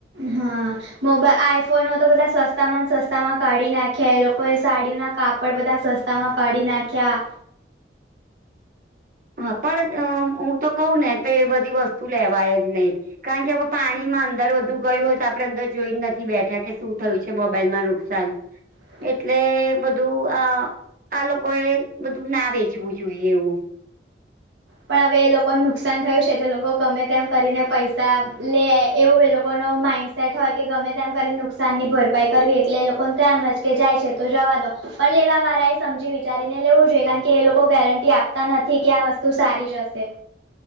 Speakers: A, on the right (about 85°); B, on the right (about 50°).
A: હા મોબાઈલ આઈ ફોન તો બધા સસ્તા માં સસ્તામાં કાઢી નાખ્યા એ લોકોએ સાડી ના કાપડ બધા સતા તામાં કડી નાખ્યા
B: હા પણ હું તો કહું ને તો એ બધી વસ્તુ લેવાય જ નહી કારણ કે હવે પાણીમાં અંદર વધુ ગયું હો તો આપડણે અંદર જોઈ નથી બેઠા કે શું થયું છે મોબાઈલમાં નુકસાન
A: હ
B: એટલે બધું આ આ લોકો એ બધું ના વેચવું જોઈએ એવુ
A: પણ હવે એ લોકોને નુકસાન થયું છે, તો લોકો ગમે તેમ કરીને પૈસા લે એવું એ લોકો ન માઇન્ડ સેટ હોય કે ગમે તેમ કરીને નુકસાનની ભરપાઈ કરવી એટલે એ લોકોને તેમ મજ કે જાય છે તો જવા દો પણ લેવા વાળા એ સમજી વિચારીને લેવું જોઈએ કારણ કે એ લોકો ગેરંટી આપતા નથી કે આ વસ્તુ તું સારી જ હશે